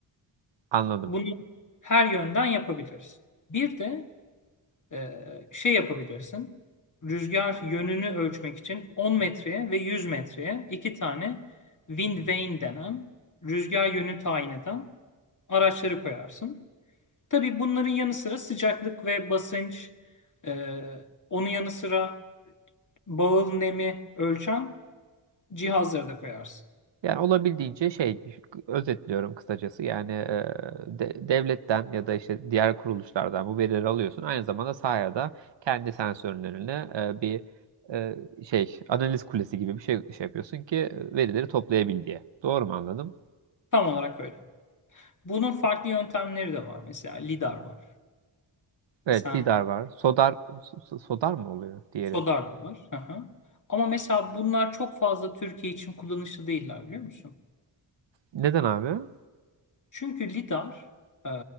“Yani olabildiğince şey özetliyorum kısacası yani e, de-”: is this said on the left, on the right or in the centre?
Right